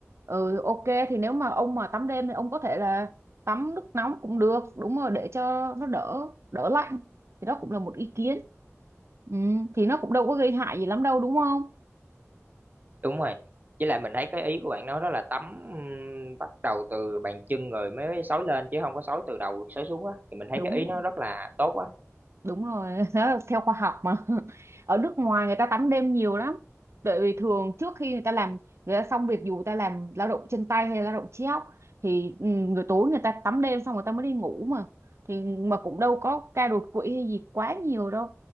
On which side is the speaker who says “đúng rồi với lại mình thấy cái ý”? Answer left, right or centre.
Right